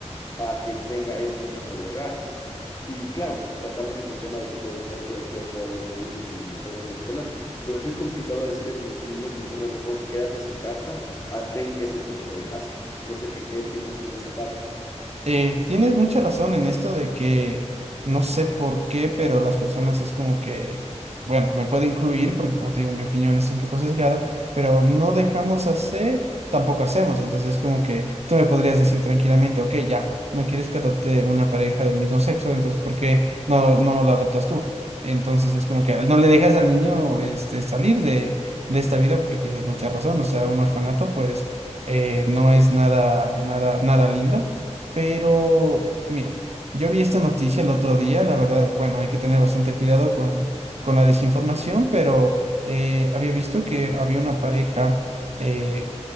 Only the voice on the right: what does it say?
Eh, tienes mucha razón en esto de que no sé por qué, pero las personas es como que, bueno, me puede incluir porque como te digo, mi opinión es un poco sesgada, pero no dejamos hacer, tampoco hacemos. Entonces como que tú me podrías decir tranquilamente, ok, ya, no quieres que adopte una pareja del mismo sexo, entonces ¿por qué no, no la adoptas tú? Entonces es como que no le dejas al niño este, salir de, de esta vida porque tienes mucha razón. O sea, un orfanato pues eh, no es nada, nada, nada lindo pero, mira, yo vi esta noticia el otro día, la verdad, bueno, hay que tener bastante cuidado con, con la desinformación, pero eh, había visto que había una pareja eh,